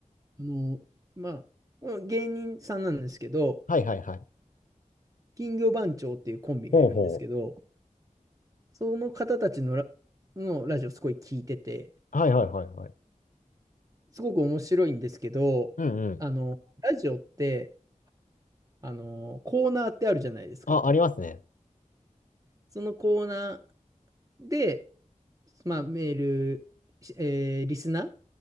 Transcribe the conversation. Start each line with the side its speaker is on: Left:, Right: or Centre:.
Right: あの、まあ、もう芸人さんなんですけど、
Left: はいはいはい。
Right: 金魚番長っていうコンビがいるんですけど、
Left: ほうほう。
Right: その方たちのラ、のラジオすごい聞いてて、
Left: はいはいはいはい。
Right: すごく面白いんですけど、
Left: うんうん。
Right: あの、ラジオって、あの、コーナーってあるじゃないですか。
Left: あ、ありますね。
Right: そのコーナーで、まあ、メール、しえーリスナ